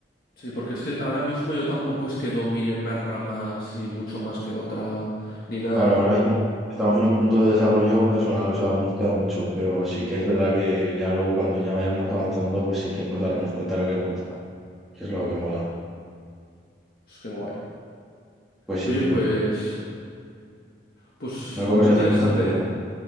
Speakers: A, on the left; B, in the centre.
A: sí, porque es que ahora mismo yo tampoco es que domine una rama así mucho más que otra, ni nada.
B: Claro, ahora mismo estamos en un punto de desarrollo personal, o sea, aún nos queda mucho, pero sí que es verdad que ya luego cuando ya vayamos avanzando, pues sí que nos daremos cuenta de lo que nos gusta, que es lo que mola.
A: Pues qué guay.
B: Pues
A: Oye,
B: sí, tío,
A: pues... Pues
B: una conversación
A: muy interesante,
B: bastante buena.
A: ¿eh?